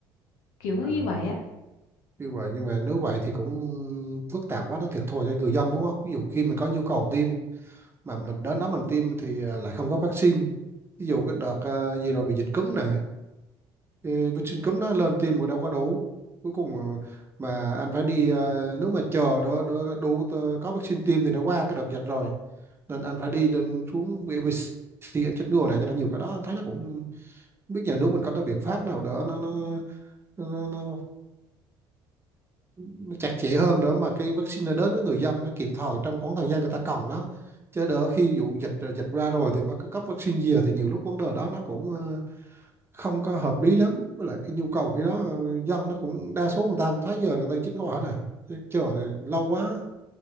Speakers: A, on the left (about 75°); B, on the right (about 20°).
A: kiểu
B: À.
A: như vậy á
B: như vậy nhưng mà nếu vậy thì cũng phức tạp quá nó thiệt thòi cho người dân đúng không ví dụ khi mình có nhu cầu tiêm mà mình đến đó mình tiêm thì à, lại không có vaccine ví dụ cái đợt à, gì rồi bị dịch cúm nè Thì bị Trình cấm đã lần tìm một đâu có đấu cuối cùng ờ, mà anh phải đi ờ, nếu mà chờ đó đó đủ ờ, có vaccine tiêm thì nó qua cái đợt dịch rồi nên anh phải đi lên xuống VBC anh chích ngừa này cho nó nhiều cái đó anh thấy nó cũng không biết nhà nước mình có cái biện pháp nào đó nó nó nó, nó, nó nó chặt chẽ hơn để mà cái vaccine nó đến với người dân nó kịp thời trong khoảng thời gian người ta cần nó chứ đỡ khi vụ dịch ờ, dịch ra rồi thì mới có cấp vaccine gì à, thì nhiều lúc vấn đề đó nó cũng ờ, không có hợp lý lắm với lại cái nhu cầu khi đó ờ, dân nó cũng đa số người ta cũng thấy giờ người ta chín ngồi hết à chứ chờ thì lâu quá